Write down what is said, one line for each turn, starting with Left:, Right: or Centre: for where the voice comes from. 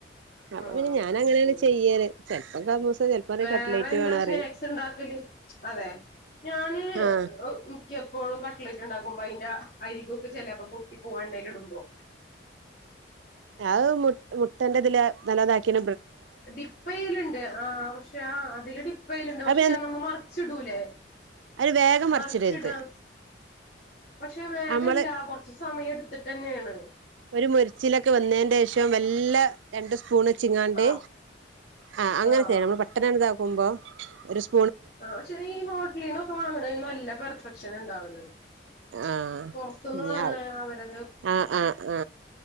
Right: അപ്പൊ
Left: ആഹ്
Right: പിന്നെ ഞാൻ അങ്ങനെയാണ്
Left: ഉം
Right: ചെയ്യല് ചെലപ്പം സമൂസ ചെലപം
Left: വേറെ
Right: കട്ലൈറ്റ്
Left: എന്താ
Right: വേണന്ന് പറയും.
Left: സ്നാക്സ് ഉണ്ടാക്കല് അതെ ഞാന്.
Right: ആഹ്
Left: എനിക്ക് എപ്പോഴും കട്ട്ലെറ്റ് ഇണ്ടാക്കുമ്പോ അതിന്റെ അരിക് ഒക്കെ ചെലേപ്പം പൊട്ടി പോവാ എണ്ണേൽ ഇടുമ്പോ.
Right: അത് മുട്ട മുട്ടന്റെ ഇതില് നലോ താക്കിയ.
Left: ഡിപ്പയലിണ്ട് ആ പക്ഷെ ആ അതില് ഡിപ്പയലിണ്ട് പക്ഷേ
Right: അത്
Left: നമ്മൾ മറിച്ചിടൂലേ?
Right: അയിന് വേഗം മറിച്ചിടരുത്.
Left: മറിച്ചിടാം പക്ഷെ വേഗല്ല
Right: നമ്മള്
Left: കൊറച്ച് സമയം എടുത്തിട്ട് തന്നെയാണ്.
Right: ഒരു മുരിച്ചിലൊക്കെ വന്നേന്റെ ശേഷം മെല്ലെ രണ്ട് സ്പൂൺ. ചിങ്ങാണ്ട്
Left: ആഹ്
Right: ആ അങ്ങനെ
Left: ആഹ്
Right: ചെയ്യണം നമ്മൾ പെട്ടനതാക്കുമ്പോ <inaudible>
Left: ആ പക്ഷെ ഈ ഹോട്ടലീന്നൊക്കെ വാങ്ങിണേന് നല്ല പെർഫെക്ഷൻ ഇണ്ടാവല്ലോ?
Right: ആ
Left: പുറത്തുന്ന്
Right: ഇനി
Left: വാങ്ങണേ
Right: ആവും
Left: അവരത്.
Right: ആ ആ ആ